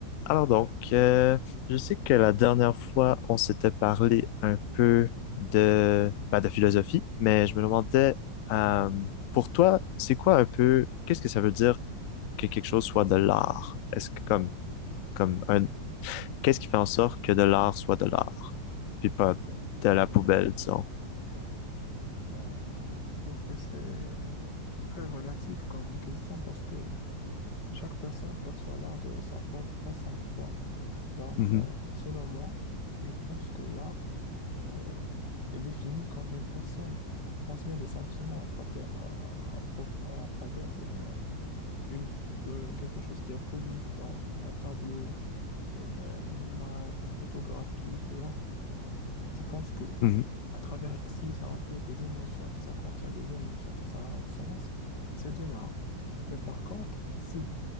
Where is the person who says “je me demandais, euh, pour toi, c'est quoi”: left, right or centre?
Left